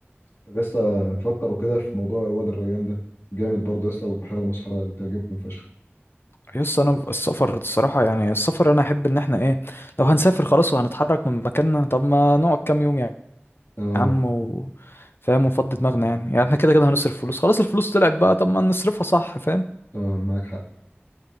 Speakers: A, on the left; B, on the left.
A: طب يا اسطى فكروا كده في موضوع وادي الريان ده جامد برضه يا اسطى والبحيرة المسحورة تعجبكم فشخ
B: يس انا ب- السفر الصراحه يعني السفر انا احب ان احنا ايه لو هنسافر خلاص وهنتحرك من مكاننا طب ما نقعد كام يوم يعني.
A: اه
B: يا عم و... فاهم ونفضي دماغنا يعني يعني احنا كده كده هنصرف فلوس خلاص الفلوس طلعت بقى طب ما نصرفها صح فاهم
A: اه معاك حق